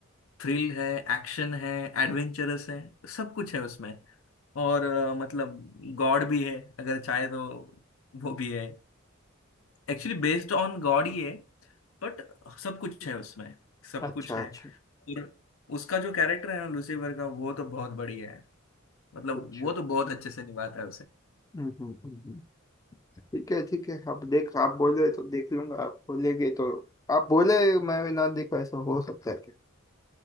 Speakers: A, on the left; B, on the left.
A: थ्रिल है एक्शन है एडवेंचरस है सब कुछ है उसमें और अ, मतलब गॉड भी है अगर चाहे तो वो भी है एक्चुअली बेस्ड ऑन गॉड ही है बट सब कुछ है उसमें सब
B: अच्छा
A: कुछ है
B: अच्छा
A: और उसका जो कैरेक्टर है ना लूसीफर का वो तो बहुत बढ़िया है मतलब
B: अच्छा
A: वो तो बहुत अच्छे से निभाता है
B: हम्म हम्म हम्म, हम्म। ठीक है ठीक है अब देख आप बोल रहे तो देख लूंगा आप बोलेंगे तो आप बोले मैं भी ना देखा ऐसा हो सकता है क्या